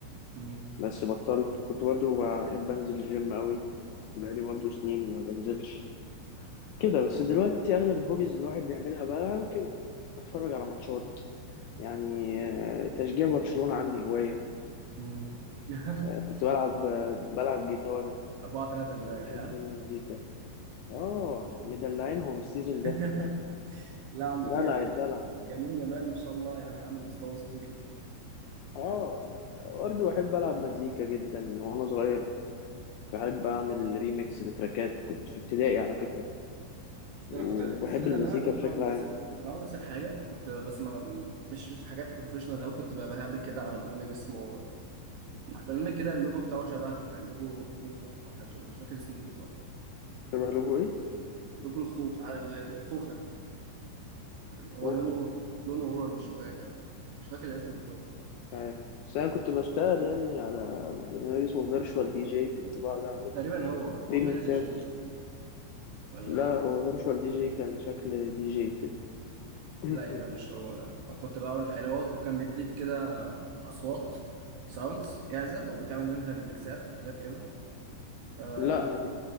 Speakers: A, on the right (about 70°); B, on the left (about 75°).
A: مم.
B: بس بطلت كنت برضو بحب انزل الجيم قوي بس بقالي برضو سنين ما بنزلش كده بس دلوقتي اغلب الهوبيز اللي الواحد بيعملها بقى ممكن اتفرج على ماتشات يعني آه، تشجيع برشلونة عندي هواية
A: مم. <laughs>
B: آه، كنت بلعب آه، بلعب جيتار
A: أربعة تلاتة امبارح
B: بحب
A: ها
B: المزيكا اه مدلعينهم السيزون
A: <laughs>
B: ده
A: لا عندكم
B: دلع
A: يا
B: الدلع
A: يمين يمال ما شاء الله يعني عامل مستوى أسطوري
B: اه برضه بحب العب مزيكا جدا من وانا صغير بحب اعمل ريميكس لتراكات كنت في ابتدائي على فكرة وبحب
A: ده انا كنت الصدق
B: المزيكا
A: ان انا كنت
B: بشكل
A: بعمل
B: عام
A: نفس كنت بعمل نفس الحاجه كنت بس ما مش مش حاجات بروفيشنال قوي كنت بقى بهبل كده على برنامج اسمه برنامج كده اللوجو بتاعه شبه لوجو خوخ او حاجه شبه- مش فاكر اسمه بالظبط
B: شبه لكم
A: لوجو الخوخ على ال- الخوخه هو
B: وخ...
A: لونه لونه اورنج شويه كده مش فاكر الاسم بالظبط
B: عارف بس انا كنت بشتغل يعني على برنامج اسمه فيرتشوال دي جي كنت بقعد اعمل
A: تقريبا هو هو
B: بيجمنتات
A: حاجه دي جي ولا
B: لا
A: لا
B: هو فيرتشوال دي جي كان شكل دي جي كده <clears throat>
A: لا يبقى مش هو لا أنا كنت بعمل حاجه اللي هو كان بيديك كده اصوات ساوندز جاهزه وبتعمل منها ريمكسات وحاجات كده آه،
B: لا انا كنت